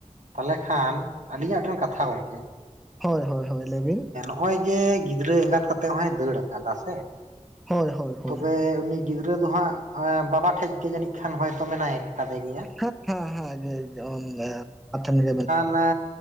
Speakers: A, on the right (about 75°); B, in the centre.
A: ᱛᱟᱦᱚᱞᱮ ᱠᱷᱟᱱ ᱟᱹᱞᱤᱧᱟᱜ ᱴᱷᱮᱱ ᱠᱟᱛᱷᱟ ᱜᱚᱝᱠᱮ
B: ᱦᱚᱭ ᱦᱚᱭ ᱦᱚᱭ ᱞᱟᱹᱭ ᱵᱤᱱ?
A: ᱱᱚᱜ-ᱚᱭ ᱡᱮ ᱜᱤᱫᱽᱨᱟᱹ ᱮᱸᱜᱟᱛ ᱠᱟᱛᱮᱜ ᱦᱚᱭ ᱫᱟᱹᱲ ᱠᱟᱫᱟ ᱥᱮ
B: ᱦᱳᱭ ᱦᱳᱭ ᱦᱳᱭ
A: ᱛᱚᱵᱮ ᱩᱱᱤ ᱜᱤᱫᱽᱨᱟᱹ ᱫᱚ ᱦᱟᱸᱜ ᱵᱟᱵᱟ ᱴᱷᱮᱡ ᱜᱮ ᱡᱟᱹᱱᱤᱡ ᱠᱷᱟᱱ ᱦᱚᱭᱛᱚ ᱢᱮᱱᱟᱭ ᱠᱟᱫᱮ ᱜᱮᱭᱟ
B: ᱦᱮᱸ ᱦᱮᱸ ᱦᱮᱸ ᱡᱷ ᱡᱵᱮᱱ <inaudible>
A: ᱚᱱᱟ